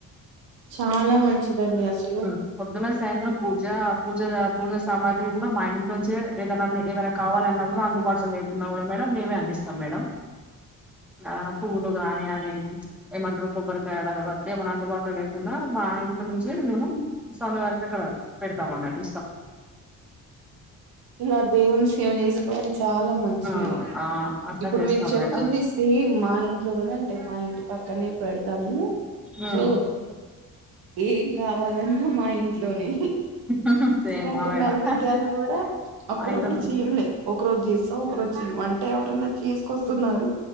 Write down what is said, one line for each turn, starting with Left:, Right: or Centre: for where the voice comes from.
Right: చాలా మంచిదండి అసలు
Centre: ఆ! పొద్దున సాయంత్రం పూజ పూజ పూజ సామాగ్రి కూడా మా ఇంట్లోంచే ఏదన్నా ఏదైనా కావాలన్నా కూడా అందుబాటులో లేకున్నా కూడా మేడం మేమే అందిస్తాం మేడం ఆ పూలు గానీ అదిఇది ఏమంట్రు కొబ్బరికాయలు అగర్ ఏమన్నా అందుబాటులో లేకున్నా మా ఇంట్లోనుంచే మేము స్వామివారికి అక్కడ పెడతాం అన్నటు
Right: ఇలా దేవుని సేవ చేసుకోవడం చాలా మంచిదే
Centre: ఆ ఆ అట్లా
Right: ఇప్పుడు
Centre: చేస్తాం
Right: మీరు చెప్తుంది
Centre: మేడం
Right: సేమ్ మా ఇంట్లో కూడా అంటే మా ఇంటి ప పక్కనే పెడతాము
Centre: ఉమ్
Right: సో ఏం కావాలన్నా మా ఇంట్లోనే
Centre: హాహా సేమ్
Right: పాటు
Centre: ఆ మేడం
Right: నైవేద్యాలు కూడా అప్పుడప్పుడు
Centre: మా ఇంట్లో నుంచి
Right: చేయంలే ఒక రోజు చేస్తాం ఒక రోజు చే వంట ఎవరనా చేసుకొస్తున్నారు